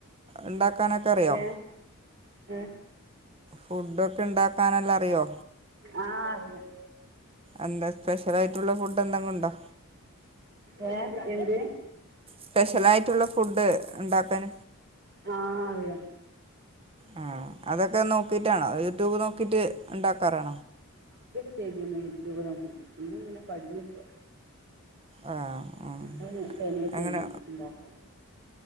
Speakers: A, on the right; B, on the right.
A: ഉണ്ടാക്കാനൊക്കെ അറിയോ
B: ഏ ഏ
A: ഫുഡൊക്കെ ഉണ്ടാക്കാനല്ലാം അറിയോ
B: ആ അറിയാം
A: എന്താ സ്പെഷ്യൽ ആയിട്ട് മറ്റുള്ള ഫുഡ് എന്തെങ്കും ഉണ്ടോ
B: ഏ എന്ത്
A: സ്പെഷ്യലായിട്ടുള്ള ഫുഡ് ഉണ്ടാക്കാൻ
B: ആഹ അറിയാം
A: ആ അതൊക്കെ നോക്കിട്ടാണോ യൂട്യൂബ് നോക്കിട്ട് ഇണ്ട ക്കാറ്
B: നോക്കിനി യൂട്യൂബ് പിന്ന ഇങ്ങനെ പടിഞ്ഞുപ്പോ
A: ആഹ് ആഹ്
B: അപ്പൊ തനെ ചെയ്യും
A: അങ്ങനെ
B: ഉണ്ടാക്കൻ